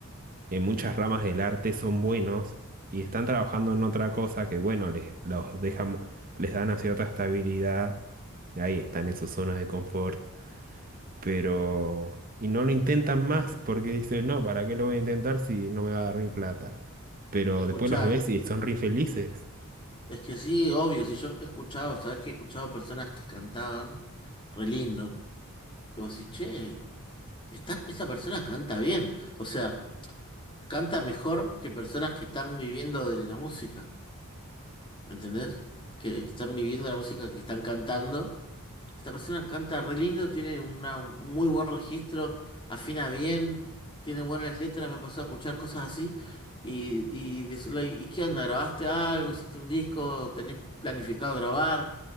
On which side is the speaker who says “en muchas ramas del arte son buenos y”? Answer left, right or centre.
Right